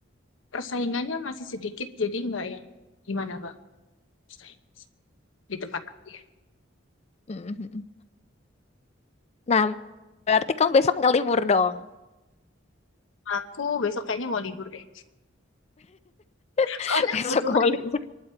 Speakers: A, on the left; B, on the left.
A: persaingannya masih sedikit jadi nggak yang gimana bang persaing- di tempat aku ya.
B: Mm-mm. Nah, berarti kamu besok nggak libur dong?
A: Aku besok kayaknya mau libur deh.
B: <laughs>
A: Soalnya
B: Besok
A: kebetulan
B: kamu libur.